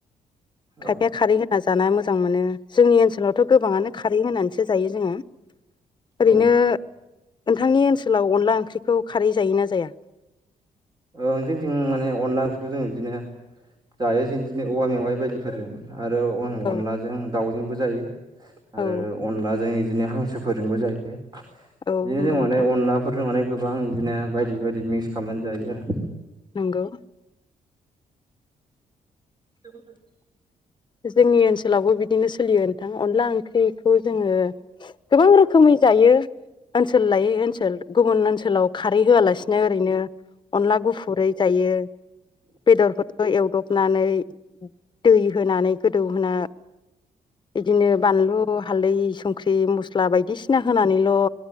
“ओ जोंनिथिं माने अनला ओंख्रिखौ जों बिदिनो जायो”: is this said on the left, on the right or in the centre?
Right